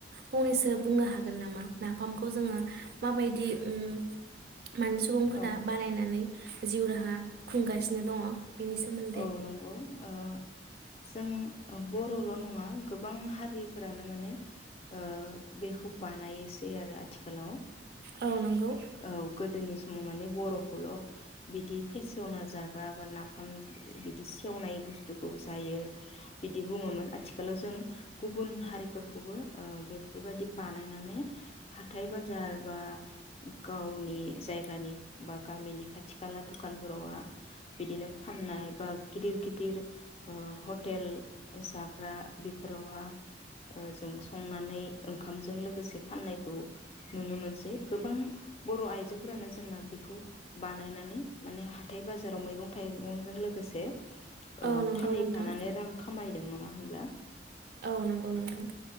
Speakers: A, on the right (about 60°); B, on the left (about 35°).
A: फंनैसो बुंनो हागोन नामा? नाफामखौ जोङो माबायद दि उम मान सुबुंफोरा
B: औ
A: बानायनानै जिउ राहा खुंगाय फिनो दङ बेनि सोमोन्दै
B: औ नंगौ ओ जों बर'ल' नङ <unintelligible> गोबां हारिफोरानो माने ओ बेखौ बानायसै आरो आथिखालाव
A: औ नंगौ
B: औ गोदोनि समाव माने बर'खौल' बिदि फेसेवना जाग्रा बा नाफाम सेवनाय बुस्थुखौ जायो बिदि बुङोमोन आथि आथिखालाव जों गुबुन हारिफोरखौबो ओ बेफोरबादि बानायनानै हाथाइ बाजार बा गावनि जायगानि बा गामिनि खाथि खाला दुखानफोरावहा बिदिनो फाननाय बा गिदिर गिदिर ओ हटेल जाग्रा बेफोरावहा ओ जों संनानै ओंखामजों लोगोसे फाननायखौ नुनो मोनसै गोबां बर' आइजोफोरानो जोंना बेखौ बानायनानै माने हाथाइ बाजाराव मैगं थाइगंजों लोग गोसे ओ
A: औ नंगौ
B: फानहैफानानै
A: नोंथां
B: रां खामायदों <unintelligible> नङा होमब्ला
A: औ नोंगौ नोंथां